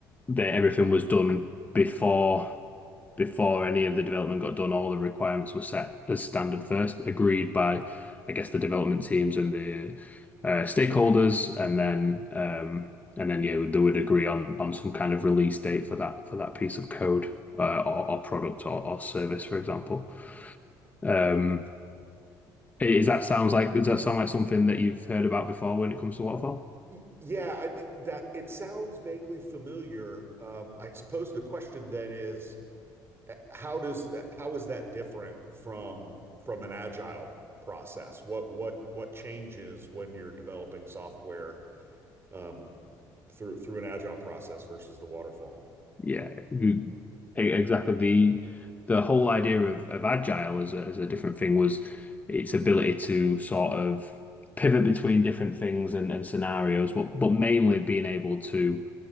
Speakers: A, on the left; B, on the right.
A: they, everything was done before before any of the development got done. All the requirements were set as standard first, agreed by, I guess, the development teams and the uh, stakeholders, and then um, and then yeah, they would agree on on some kind of release date for that for that piece of code uh, or, or product or, or service, for example. Um, is that sounds like does that sound like something that you've heard about before when it comes to waterfall?
B: Y- Yeah, I, th- that it sounds vaguely familiar. Um, I suppose the question then is, how does how is that different from from an agile process? What what what changes when you're developing software um, through through an agile process versus the waterfall?
A: Yeah, you- e- exactly. The the whole idea of, of agile as a, as a different thing was its ability to sort of pivot between different things and, and scenarios, but but mainly being able to